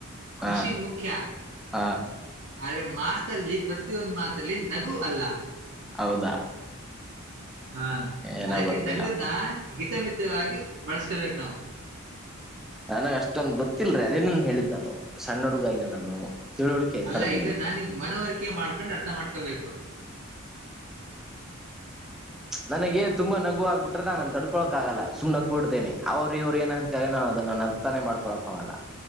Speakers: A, on the right (about 55°); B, in the centre.
A: ಖುಷಿ
B: ಹಾ
A: ಮುಖ್ಯ
B: ಹಾ
A: ಆದ್ರೆ ಮಾತಲ್ಲಿ ಪ್ರತಿಯೊಂದು ಮಾತಲ್ಲಿ ನಗು ಅಲ್ಲ
B: ಹೌದಾ
A: ಹಾ
B: ಏನೋ
A: ಅದಕ್ಕೆ
B: ಗೊತ್ತಿಲ್ಲಪ್ಪ
A: ನಗ್ದನ್ನ ಹಿತಮಿತವಾಗಿ ಬೆಳಸ್ಕೊಬೇಕು ನಾವು
B: ನನಗ ಅಷ್ಟೊಂದ್ ಗೊತ್ತಿಲ್ರರಿ ಅದನ್ನೇ ಹೇಳಿದ್ದ ನಾನು ಸಣ್ಣ ಹುಡುಗ ಇನ ನಾನು ತಿಳುವಳಿಕೆ
A: ಅಲ್ಲ
B: ಕಡಿಮಿ
A: ಇದನ್ನ ನಿನ ಮನವರಿಕೆ ಮಾಡ್ಕೋ ಕೊಂಡ ಅರ್ಥ ಮಾಡ್ಕೋಬೇಕು
B: ನನಗೆೇ ತುಂಬ ನಗು ಆಗ್ಬಬಿಟ್ರ ನಾನ ಅದನ್ನ ತಡ್ಕೊಳಕ ಆಗಲ್ಲ ಸುಮ್ಮ ನಕ್ಕ ಬಿಡ್ತೀನಿ ಅವ್ರ ಇವ್ರು ಏನ <unintelligible> ನಾನ ಅದನ್ನ ಅರ್ಥಾನೆ ಮಾಡ <unintelligible>